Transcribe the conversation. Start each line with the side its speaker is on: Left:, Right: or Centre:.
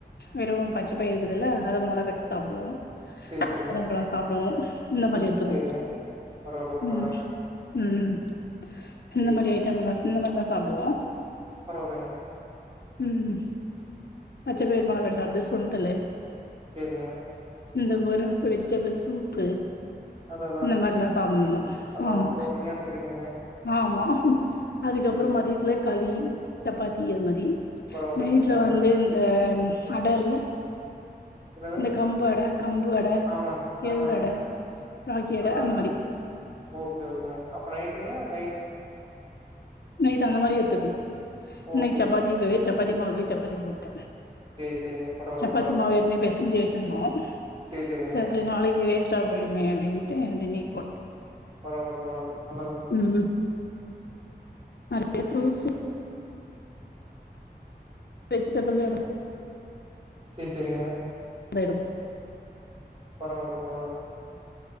Left: வெறும்வும் பச்ச பயிரு இதல்லா அத மொள கட்டி சாப்டுவோ <unintelligible>
Right: சரி சரிங்க.
Left: பழம் சாப்டுவோ இந்த மாரி எத்துக்வோ
Right: சரிங்க. பரவால்ல பரவால்ல.
Left: ம் ம்
Right: சரி
Left: இந்த மாதிரி
Right: சரி.
Left: ஐட்டங்க எல்லா இந்த மார் எல்லா சாப்டுவோ
Right: பரவாலையே
Left: ம்
Right: சரி
Left: பச்ச பேர் மொள கட்டி சாப்டு சுண்டலு
Right: சேரிங்க
Left: இந்த வாரம் ப்ப வெஜிடபிள் சூப்பு
Right: அதா அதா
Left: இந்த மார் எல்லா சாப்ட்ணு
Right: அதா
Left: ஆமா
Right: புரோட்டீனே எடுத்துக்கிறீங்க.
Left: ஆமா அதுக்கப்புறம்
Right: சரி சரி.
Left: மதியத்துல களி சப்பாத்தி அது மாரி
Right: பரவால்லைங்க.
Left: நைட்ல
Right: ஆ.
Left: வந்து இந்த அட இல்ல
Right: என்னது?
Left: இந்த கம்பு அட கம்பு அட
Right: ஆமா
Left: கேவுர்
Right: ஆமாங்க.
Left: அட ராகி அட
Right: அதா
Left: அந்த
Right: அதா.
Left: மாரி
Right: ஓகே அப்ப நைட்டுங்க நைட்
Left: நைட் அந்த மாரி எத்துக்குணு இன்னைக்கு
Right: ஓகே
Left: சப்பாத்திக்குவே
Right: ஓகேங்க.
Left: சப்பாத்தி மாவுக்கு சப்பாத்தி போட்ட
Right: சரி சரிங்க. பரவால்ல
Left: சப்பாத்தி
Right: பரவால்ல.
Left: மாவு எத்துனு பெசெஞ்சு வச்சினுந்தோம்
Right: சேரி சேரிங்க
Left: சரி நாளைக்கு வே ச்சா போய்டுமே அப்டின்ட்டு நெய் போட்
Right: பரவால்ல பரவால்ல நல்லது
Left: ம் எ ஃப்ரூட்ஸ்
Right: சேரி
Left: வெஜிடபுள் <inaudible>
Right: சரி சரிங்க
Left: வடுவூ
Right: பரவால்ல பரவால்ல